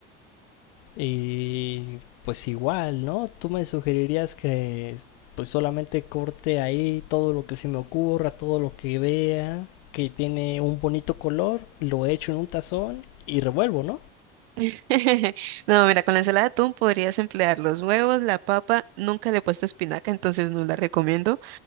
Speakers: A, on the left (about 75°); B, on the right (about 85°).
A: Y pues igual, ¿no? Tú me sugerirías que pues solamente corte ahí todo lo que se me ocurra, todo lo que vea, que tiene un bonito color, lo echo en un tazón y revuelvo, ¿no?
B: <laughs> No, mira, con la ensalada de atún podrías emplear los huevos, la papa. Nunca le he puesto espinaca, entonces no la recomiendo.